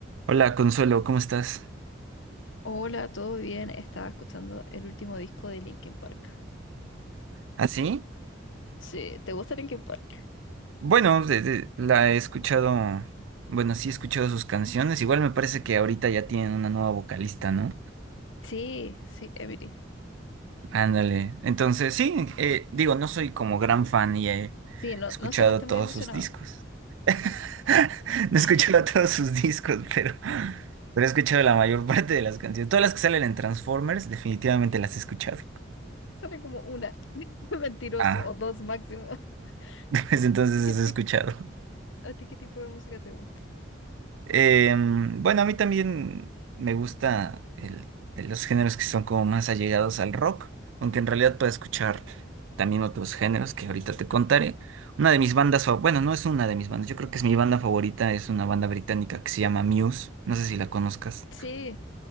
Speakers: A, on the right; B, on the left.
A: Hola, Consuelo, ¿cómo estás?
B: Hola, ¿todo bien? Estaba escuchando el último disco de Linkin Park.
A: ¿Así?
B: Sí, ¿te gusta Linkin Park?
A: Bueno, de- de- la he escuchado, bueno, sí he escuchado sus canciones, igual me parece que ahorita ya tienen una nueva vocalista, ¿no?
B: Sí, sí, Emily.
A: Ándale, entonces sí, eh, digo, no soy como gran fan y he
B: Sí, no,
A: escuchado
B: no sonaste
A: todos
B: muy emocionado.
A: sus discos. <laughs> No he
B: <laughs>
A: escuchado <laughs> todos sus discos, pero, pero he escuchado la mayor parte de las canciones. Todas las que salen en Transformers, definitivamente las he escuchado.
B: Sale como una, <laughs> mentiroso,
A: Ah,
B: o dos máximo. <laughs>
A: <laughs> pues entonces
B: ¿A ti
A: las
B: qué tipo,
A: he escuchado.
B: a ti qué tipo de música te gusta?
A: Em, bueno, a mí también me gusta el, el- los géneros que son como más allegados al rock, aunque en realidad puedo escuchar también otros géneros que ahorita te contaré. Una de mis bandas, fa- bueno, no es una de mis bandas, yo creo que es mi banda favorita, es una banda británica que se llama Muse, no sé si la conozcas.
B: Sí,